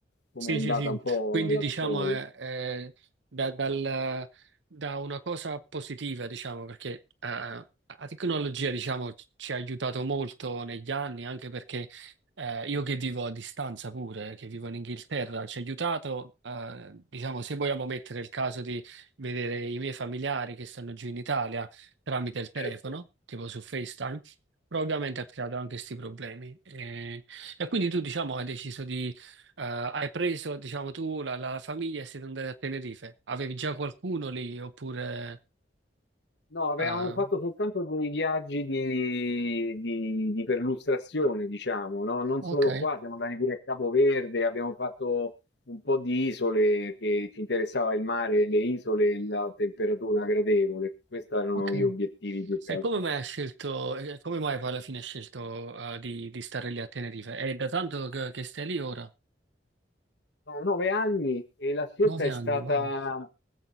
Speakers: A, on the left (about 65°); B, on the right (about 75°).
A: come
B: Sì,
A: è andata
B: sì, sì,
A: un po'
B: quindi
A: la
B: diciamo
A: storia.
B: è- è da, dal- da una cosa positiva, diciamo, perché eh, la tecnologia, diciamo, ci ha aiutato molto negli anni, anche perché eh, io che vivo a distanza pure, che vivo in Inghilterra, ci ha aiutato, eh, diciamo, se vogliamo mettere il caso di vedere i miei familiari che stanno giù in Italia tramite il telefono,
A: Certo.
B: tipo su FaceTime, però ovviamente ha creato anche questi problemi. Eh, e quindi tu, diciamo, hai deciso eh, hai preso, diciamo, tu la, la famiglia e siete andati a Tenerife. Avevi già qualcuno lì oppure...
A: No, avevamo
B: eh,
A: fatto soltanto dei viaggi di, di- di perlustrazione, diciamo, no? Non
B: ok,
A: solo qua, siamo andati pure a Capoverde, abbiamo fatto un po' di isole che ci interessava il mare, le isole e la temperatura gradevole. Questi erano
B: ok.
A: gli obiettivi più che
B: E
A: altro.
B: come mai hai scelto, e come mai poi alla fine hai scelto eh, di, di stare lì a Tenerife? È da tanto che, che stai lì ora?
A: Sono nove anni e la scelta
B: Nove
A: è
B: anni,
A: stata,
B: wow.